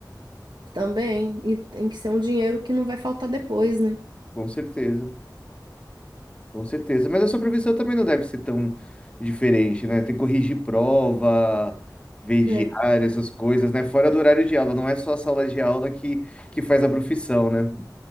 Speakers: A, on the right; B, on the left.
A: Também, e tem que ser um dinheiro que não vai faltar depois, né?
B: Com certeza, com certeza. Mas a sua profissão também não deve ser tão diferente, né? Tem que corrigir prova, ver diário,
A: É.
B: essas coisas, né? Fora do horário de aula, não é só a sala de aula que, que faz a profissão, né?